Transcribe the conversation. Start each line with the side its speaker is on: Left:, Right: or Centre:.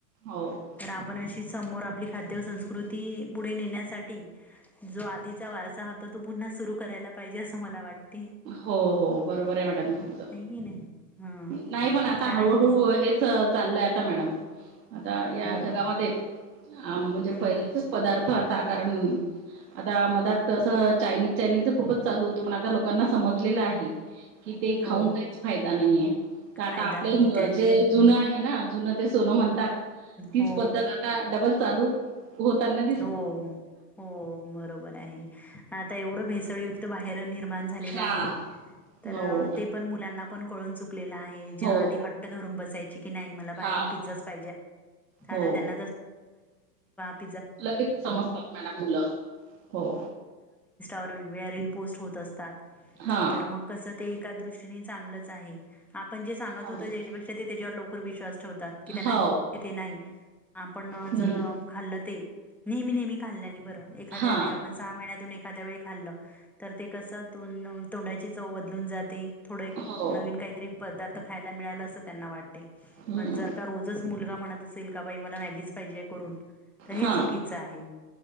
Right: हो <unintelligible>
Centre: तर आपणशी समोर आपली खाद्य संस्कृती पुढे नेण्यासाठी जो आधीचा वारसा होता तो पुन्हा सुरू करायला पाहिजे असं मला वाटते
Right: हो हो बरोबर आहे मॅडम तुमचं
Centre: आहे की नाही हा
Right: नाही पण आता
Centre: कारण
Right: हळूहळू
Centre: खूप
Right: हेच चाललंय आता मॅडम आता या
Centre: हम्म
Right: जगामध्ये म्हणजे
Centre: हम्म
Right: पहिलेच
Centre: हम्म
Right: पदार्थ आता कारण <inaudible> आता मजातसं चायनीज चायनीज खूपच चालू होतं पण आता लोकांना समज आहे की ते खाऊन
Centre: हो
Right: काहीच फायदा नाहीे तर आता
Centre: फायदा
Right: आप
Centre: नाहीये त्यानी
Right: जुनं आहे ना जुनं ते सोनं म्हणतात तीच
Centre: हो
Right: पद्धत आता डबल चालू हो त्यांना
Centre: हो हो बरोबर आहे आता एवढं भेसळयुक्त बाहेर निर्माण <unintelligible>
Right: हा
Centre: <unintelligible>
Right: हो
Centre: पण मुलांना पण कळून चुकलेला आहे ज्या
Right: हो
Centre: आधी हट्ट धरून बसायची की नाही
Right: हा
Centre: प
Right: हो
Centre: त्यांम <unintelligible> व
Right: लगेच समजतात मॅडम मुलं हो
Centre: वेगवेगळ्या रील पोस्ट होत असतात
Right: हा
Centre: तर मग कसं ते एका दृष्टीने चांगलंच आहे आपण जे सांगत
Right: हा
Centre: होतो
Right: मॅडम
Centre: त्याच्यापेक्षा ते त्याच्यावर लवकर विश्वास ठेवतात की त्यांनाे
Right: हो
Centre: नाही आपण
Right: हम्म
Centre: जर खाल्ल ते नेहमी नेहमी खाल्ल्या बरं एखाद्या
Right: हा
Centre: वळी पण सहा महिन्यातून एखाद्या वेळी खाल्लं तर ते कसं त तोंडाची चव बदलून जाते <inaudible> थोडं
Right: हो
Centre: नवीन काहीतरी पदार्थ खायला मिळाल असं त्यांना वाटते
Right: हम्म
Centre: पण जर रोजच मुलगा म्हणत असेल का बाई मला मॅगीच पाहिजे हे
Right: हां
Centre: चुकीच आहे